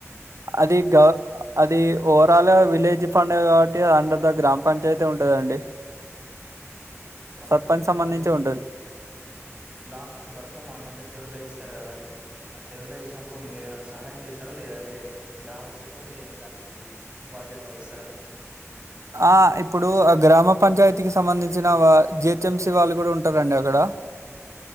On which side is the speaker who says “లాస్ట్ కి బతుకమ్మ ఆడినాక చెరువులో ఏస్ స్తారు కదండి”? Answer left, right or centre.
Right